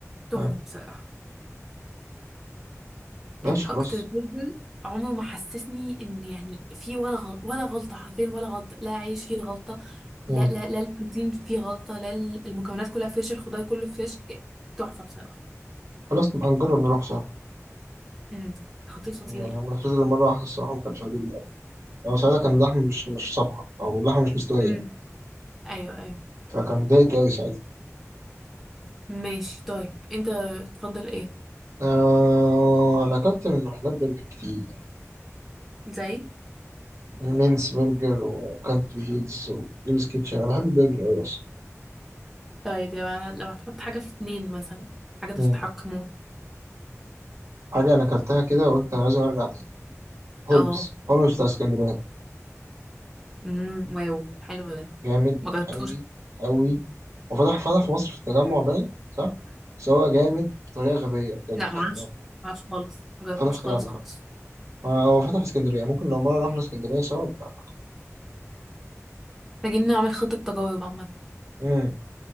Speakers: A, in the centre; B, on the right.
A: تحفة
B: آه.
A: بصراحة
B: ماشي
A: يعني
B: خلاص
A: اكتر فيلم عمره ما حسسني ان يعني فيه ولا غلط ولا غلطه حرفيا ولا غلطه لا عيش فيه غلطه
B: آه.
A: لا لا لا البروتين فيه غلطه لا ال- المكونات كلها فريش الخضار كله فريش ك- تحفه بصراحه
B: خلاص نبقى نجرب نروح سوا
A: امم خطير خطير
B: يعني أنا
A: يعني
B: ما رحتوش غير مرة واحدة الصراحة وما كانش عاجبني أوي أو ساعتها كان اللحمة مش مش صبحة أو اللحمة مش مستوية
A: امم ايوه ايوه
B: فكان اتضايقت أوي ساعتها
A: ماشي طيب انت تفضل ايه
B: آه أنا أكلت من محلات برجر كتير
A: زي
B: مينس برجر وكانتري هيلز وجيمس كيتشن أنا بحب البرجر أوي أصلا
A: طيب يا لو هتحط حاجه في اتنين مثلا حاجه تستحق
B: مم.
A: موت
B: حاجة أنا أكلتها كده وقلت أنا لازم أرجع تاني هولمز
A: اه
B: هولمز بتاع اسكندرية
A: امم واو حلو ده
B: جامد
A: ما جربتوش
B: أوي أوي وفتح فتح في مصر في التجمع باين صح؟ بس هو جامد بطريقة غبية بجد
A: لا ما
B: اختراع
A: اعرفش ما اعرفش خالص ما جربتوش
B: فتح في
A: خالص
B: التجمع
A: خالص
B: آه، هو فتح في اسكندرية ممكن لو مرة رحنا اسكندرية سوا بقى
A: محتاجين نعمل خطه تجارب عامه
B: مم.